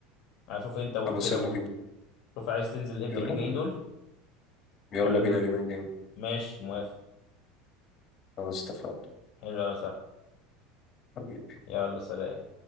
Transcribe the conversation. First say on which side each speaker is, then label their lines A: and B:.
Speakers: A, on the left; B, on the left.
A: هشوف أنت وكده
B: خلاص يلا
A: قول
B: بينا
A: شوف عايز تنزل إمتى
B: يلا
A: اليومين الجايين
B: بينا
A: دول
B: يلا
A: ولا
B: بينا
A: دل...
B: اليومين الجايين
A: ماشي موافق
B: خلاص اتفقنا
A: حلو يا صاحبي
B: حبيبي
A: يلا سلام